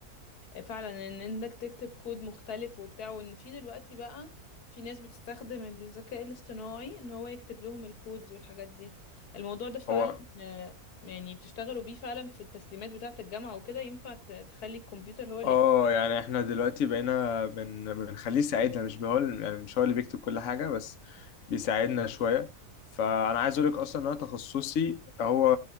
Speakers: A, on the left; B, on the left.
A: فعلا ان انك تكتب كود مختلف وبتاع وان في دلوقتي بقى في ناس بتستخدم الذكاء الاصطناعي ان هو يكتب لهم الكودز والحاجات دي الموضوع ده فعلا
B: هو
A: آه، يعني بتشتغلوا بيه فعلا في التسليمات بتاعة الجامعة وكده ينفع ت- تخلي الكمبيوتر هو اللي
B: اه
A: يكتب
B: يعني احنا دلوقتي بقينا بن... بنخليه يساعدنا مش هو يعني مش هو اللي بيكتب كل حاجة بس بيساعدنا شوية فأنا عايز أقولك أصلا إن أنا تخصصي هو